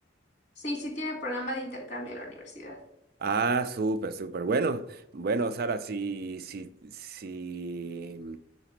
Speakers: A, on the left; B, on the right.
A: sí, sí tiene programa de intercambio la universidad.
B: Ah, súper, súper. Bueno, bueno, Sara, si, si, si